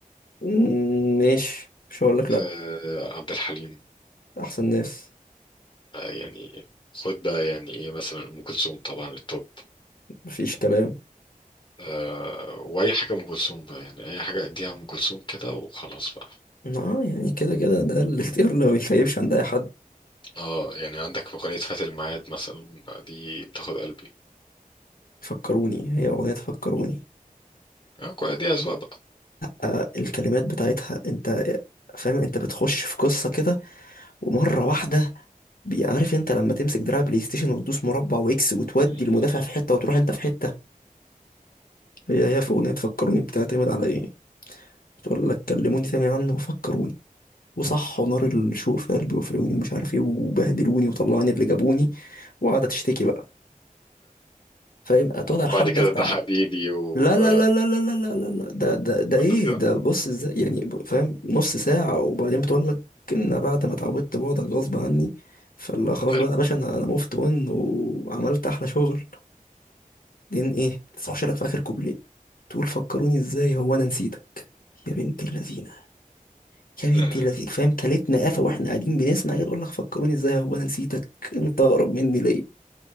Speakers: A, on the left; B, on the left.
A: مم، ماشي مش هقول لك لا
B: آه، عبد الحليم
A: احسن ناس
B: آه، يعني خد بقى يعني ايه مثلا ام كلثوم طبعا التوب
A: مفيش كلام
B: آه، واي حاجه ام كلثوم بقى يعني اي حاجه اديها ام كلثوم كده وخلاص بقى
A: اه يعني كده كده ده الاختيار اللي ما بيخيبش عند اي حد
B: اه يعني عندك أغنية فات الميعاد مثلا دي بتاخد قلبي
A: فكروني هي اغنية فكروني
B: اه كو- دي أذواق بقى
A: آه الكلمات بتاعتها انت فاهم انت بتخش في قصة كده ومرة واحدة بي- عارف انت لما تمسك دراع بلاي ستيشن وتدوس مربع واكس وتودي
B: <laughs>
A: المدافع في حتة وتروح انت في حتة هي هي في اغنية فكروني بتعتمد على ايه بتقول لك كلموني تاني عنه وفكروني وصح ونار الشوق في قلبي وفي عيوني ومش عارف ايه وبهدلوني وطلعوني اللي جابوني وقاعدة تشتكي بقى فاهم هتقعد على الحال
B: بعد كده
A: ده بتاع
B: ده حبيبي وكده
A: لا لا لا لا لا لا لا لا لا. ده ده ده ايه
B: كله كده
A: ده بص ازاي يعني ب- فاهم نص ساعة وبعدين بتقول لك ان بعد ما اتعودت بعدك غصب عني فلا خلاص
B: حلو
A: بقى يا باشا انا انا موفت اون وعملت احلى شغل بعدين ايه تخش لك في اخر كوبليه تقول فكروني ازاي هو انا نسيتك يا بنت اللذينة يا بنت
B: آه،
A: اللذينة فاهم كلتنا قفا واحنا قاعدين بنسمع كده تقول لك فكروني ازاي هو انا نسيتك انت اقرب مني ليه